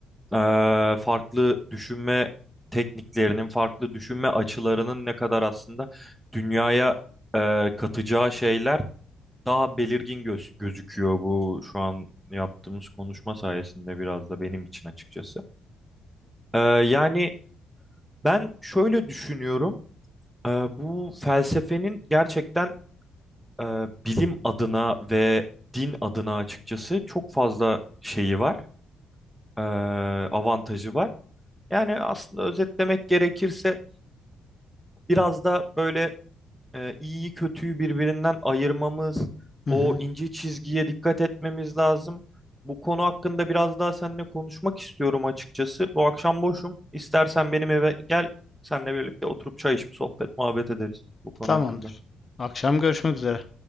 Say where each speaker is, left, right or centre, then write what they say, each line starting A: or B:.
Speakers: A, in the centre; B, on the left (about 35°).
A: e, farklı düşünme tekniklerinin, farklı düşünme açılarının ne kadar aslında dünyaya e, katacağı şeyler daha belirgin göz gözüküyor bu şu an yaptığımız konuşma sayesinde biraz da benim için açıkçası. Ee, yani ben şöyle düşünüyorum. Ee, bu felsefenin gerçekten e, bilim adına ve din adına açıkçası çok fazla şeyi var, e, avantajı var. Yani aslında özetlemek gerekirse biraz da böyle e, iyiyi kötüyü birbirinden ayırmamız,
B: Hı hı.
A: o ince çizgiye dikkat etmemiz lazım. Bu konu hakkında biraz daha seninle konuşmak istiyorum açıkçası. Bu akşam boşum. İstersen benim eve gel, seninle birlikte oturup çay içip sohbet muhabbet ederiz bu konu
B: Tamamdır.
A: hakkında.
B: Akşam görüşmek üzere.